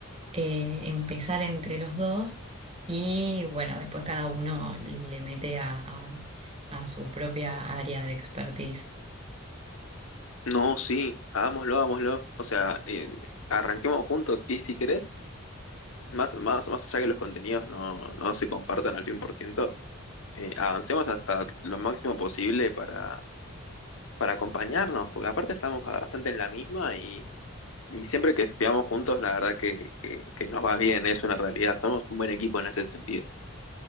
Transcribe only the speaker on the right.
eh, empezar entre los dos y bueno, después cada uno le mete a, a- a su propia área de expertise.